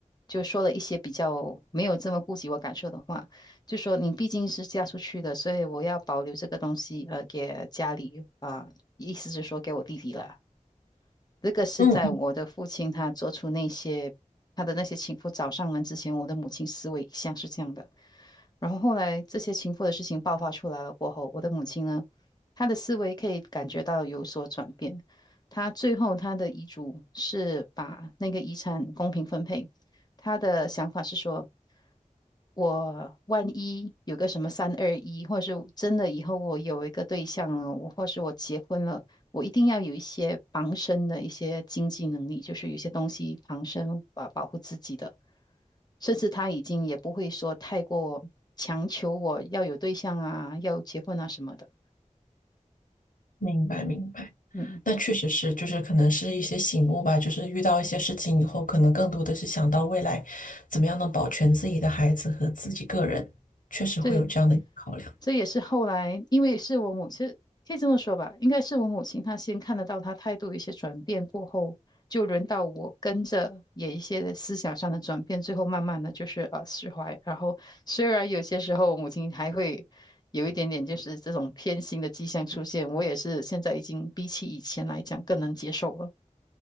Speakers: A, on the left; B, on the left.
A: 就说了一些比较没有这么顾及我感受的话，就说你毕竟是嫁出去的，所以我要保留这个东西，呃，给家里啊、意思是说给我弟弟了。这个是在我的父亲他做出那些他的那些情妇找上门之前，
B: 嗯嗯
A: 我的母亲思维一向是这样的。然后后来这些情妇的事情爆发出来了过后，我的母亲呢，她的思维可以感觉到有所转变。她最后她的遗嘱是把那个遗产公平分配，她的想法是说。我万一有个什么三二一，或是真的以后我有一个对象了，我或是我结婚了，我一定要有一些防身的一些经济能力，就是有一些东西防身，保保护自己的。甚至他已经也不会说太过强求我要有对象啊，要结婚啊什么的。
B: 明白明白。
A: 嗯，
B: 那确实是，就是可能是一些醒悟吧，就是遇到一些事情以后，可能更多的是想到未来怎么样能保全自己的孩子和自己个人，确实会有这样的考量，
A: 这这也是后来，因为是我母亲，可以这么说吧，应该是我母亲她先看得到她态度有一些转变过后，就轮到我跟着也一些思想上的转变，最后慢慢的就是呃释怀。然后虽然有些时候母亲还会有一点点就是这种偏心的迹象出现，我也是现在已经比起以前来讲更能接受了。